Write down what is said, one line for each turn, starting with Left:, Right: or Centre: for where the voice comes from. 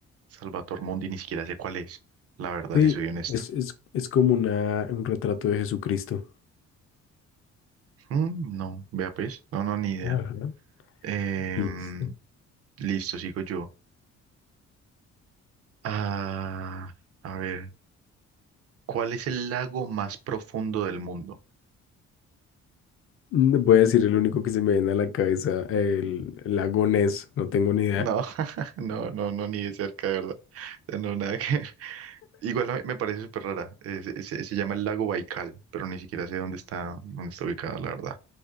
Right: Salvator Mundi, ni siquiera sé cuál es. La verdad,
Left: Sí,
Right: si soy honesto.
Left: es, es, es como una, un retrato de Jesucristo.
Right: Mm, no, vea pues, no, no, ni idea.
Left: Ajá.
Right: Em,
Left: Listo.
Right: listo, sigo yo. Ah, a ver, ¿cuál es el lago más profundo del mundo?
Left: Mm, Voy a decir el único que se me viene a la cabeza, el lago Ness, no tengo ni idea.
Right: No, <laughs> no, no, no, ni de cerca, de verdad. O sea, No, nada que ver. Igual a mí me parece súper rara. Eh, se, se- se llama el lago Baikal, pero ni siquiera sé dónde está, dónde está ubicado, la verdad.